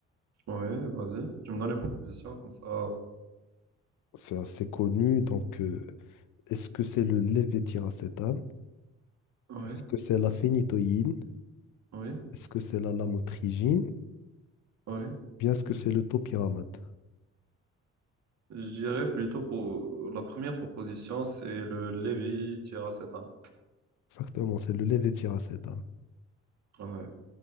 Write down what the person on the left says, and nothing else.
C'est assez connu, donc euh, est-ce que c'est le lévétiracétam?
Est-ce que c'est la phénitoïne?
Est-ce que c'est la lamotrigine?
Bien, est-ce que c'est le topiramate?
Exactement, c'est le levétiracétam.